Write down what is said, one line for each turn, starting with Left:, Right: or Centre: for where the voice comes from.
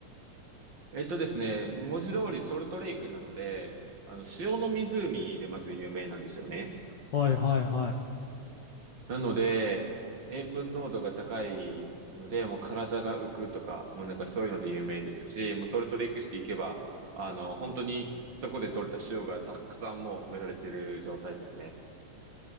Right: えっとですね、文字通りソルトレイクなので、あの、塩の湖でまず有名なんですよね。
Left: はいはいはい。
Right: なので、塩分濃度が高いので、もう体が浮くとか、もうなんかそういうので有名ですし、もうソルトレイクしていけば、あの、本当にそこで取れた塩がたくさんもう植えられてる状態ですね。